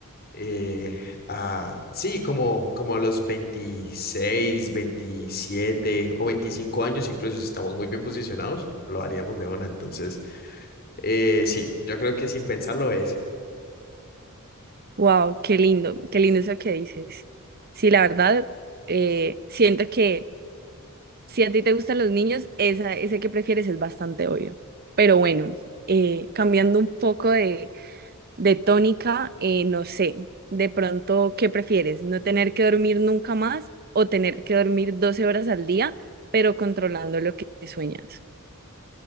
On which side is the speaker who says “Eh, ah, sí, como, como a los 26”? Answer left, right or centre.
Left